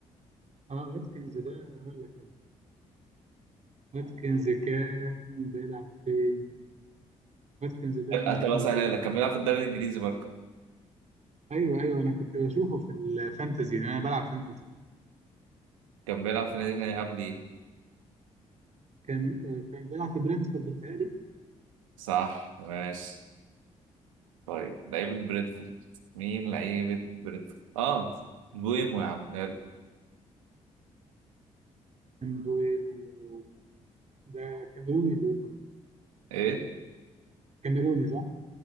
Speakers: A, on the right; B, on the right.
A: اه واتكنز ده هقول لك واتكنز كان بيلعب فين؟ واتكنز ده
B: طب
A: مهاجم
B: اسهلها
A: انجلترا
B: لك كان بيلعب في الدوري الانجليزي برضه
A: ايوه ايوه انا كنت بشوفه في الفانتزي لان انا بلعب فانتزي
B: كان بيلعب في نادي تاني قبل ايه
A: كان كان بيلعب في برنتفورد بيتهيألي
B: صح ماشي طيب لعيبة برينفورد مين لعيبة برينفورد؟ اه بويمو يا عم يلا
A: كان بوينو ده كاميروني بوينو
B: ايه
A: كاميروني صح؟